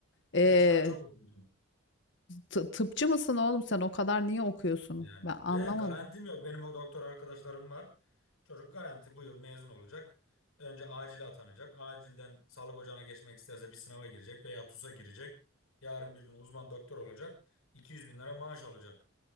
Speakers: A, on the left; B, on the left.
A: E,
B: Tıpçıdan çok okudum.
A: tı- tıpçı mısın oğlum sen? O kadar niye okuyorsun?
B: Yani.
A: Ben anlamadım.
B: Ve garantim yok. Benim o doktor arkadaşlarım var. Çocuk garanti bu yıl mezun olacak. Önce acile atanacak. Acilden sağlık ocağına geçmek isterse bir sınava girecek veya TUS'a girecek. Yarın bir gün uzman doktor olacak. iki yüz bin lira maaş alacak.